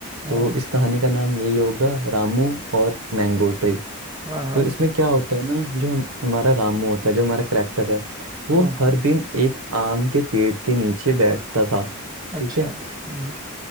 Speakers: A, on the right; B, on the right.
A: हम्म,
B: तो इस कहानी का नाम यही होगा रामू और मैंगो ट्री
A: हाँ हाँ
B: तो इसमें क्या होता है ना जो हम हमारा रामू होता है जो हमारा करेक्टर है वो
A: हाँ हाँ हाँ
B: हर
A: हाँ
B: दिन एक आम के पेड़ के नीचे बैठता था
A: अच्छा
B: ठीक है फिर
A: हम्म